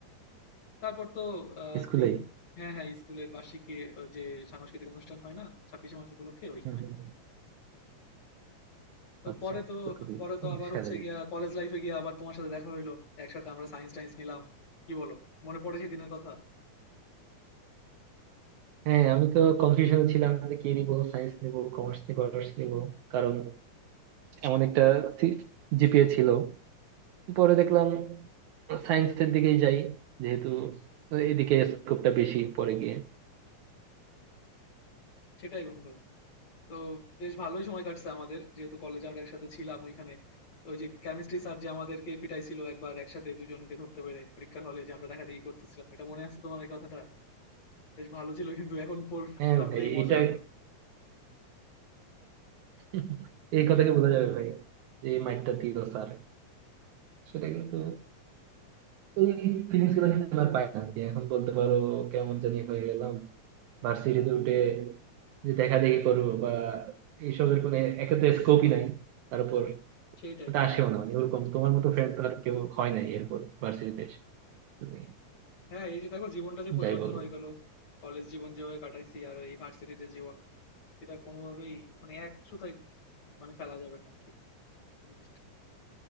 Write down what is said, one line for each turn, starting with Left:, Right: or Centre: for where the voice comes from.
Left: তারপর তো আহ,
Right: স্কুলেই
Left: দিন হ্যাঁ হ্যাঁ স্কুলের বার্ষিকী আহ, যে সাংস্কৃতিক অনুষ্ঠান হয় না ছাব্বিশে মার্চ উপলক্ষে ওইখানে
Right: হুম হুম।
Left: তো
Right: আচ্ছা
Left: পরে তো
Right: তো খুবই
Left: পরে তো আবার
Right: সেরা
Left: হচ্ছে গিয়া কলেজ লাইফে গিয়ে আবার তোমার সাথে দেখা হইলো একসাথে আমরা সায়েন্স টায়েন্স নিলাম কি বলো মনে পড়ে সেই দিনের কথা
Right: হ্যাঁ আমি তো কনফিউশনে ছিলাম যে কি নিব সায়েন্স নিব কমার্স নিব আর্টস নিব কারণ এমন একটা জিপিএ ছিল পরে দেখলাম সায়েন্সের দিকেই যাই যেহেতু এদিকে স্কোপটা বেশি পরে গিয়ে
Left: সেটাই বন্ধু তো বেশ ভালোই সময় কাটছে আমাদের যেহেতু কলেজে আমরা একসাথে ছিলাম ওইখানে ওই যে কেমিস্ট্রি স্যার যে আমাদেরকে পিটাইছিল একবার একসাথে দুজনকে ধরতে পেরে পরীক্ষার হলে যে আমরা দেখা দেখি করতেছিলাম এটা মনে আছে তোমার এই কথাটা বেশ ভালো ছিল কিন্তু এখন পর-
Right: হ্যাঁ
Left: ভাবলেই
Right: ভাই
Left: মজা
Right: এটা
Left: আবার
Right: <laughs> এই কথাকে বলা যাবে ভাই যে এই মাইন্ডটা দিল স্যার সেটা কিন্তু এই ফিলিংস গুলো কিন্তু আমি আর পাই না যে এখন বলতে পারো কেমন জানি হয়ে গেলাম ভার্সিটিতে উঠে যে দেখা দেখি করবো বা এইসবের কোনো একে তো স্কোপই নাই তার উপর
Left: সেইটাই
Right: ওটা
Left: সেইটাই
Right: আসেও না মানে ওরকম তোমার মতো ফ্রেন্ড তো আর কেউ হয় নাই এরপর ভার্সিটিতে এসে তুমি
Left: হ্যাঁ এই যে দেখো জীবনটা যে পরিবর্তন
Right: যাই বলো
Left: হয়ে গেল কলেজ জীবন যেভাবে কাটাইছি আর এই ভার্সিটির যে জীবন সেটা কোনোভাবেই মানে এক সুতায় মানে ফেলা যাবে না আর কি জিনিসটা